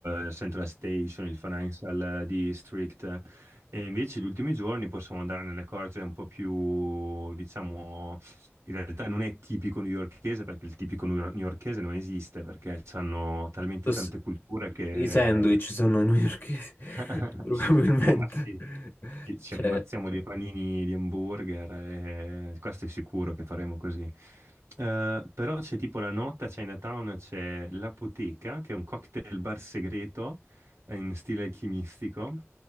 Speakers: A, on the right; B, on the left.
A: eh, Central Station, il Financial District. E invece gli ultimi giorni possiamo andare nelle cose un po' più, diciamo, in realtà non è tipico newyorchese, perché il tipico newyor- newyorchese non esiste, perché hanno talmente
B: Tos-
A: tante culture che
B: I sandwich sono newyorkesi,
A: <laughs>
B: <laughs> probabilmente.
A: Ah, ma sì, ci ci
B: Cioè,
A: ammazziamo di panini di hamburger e questo è sicuro che faremo così. Eh, però c'è tipo la notte a Chinatown, c'è l'Apoteca, che è un cocktail bar segreto eh, in stile alchimistico.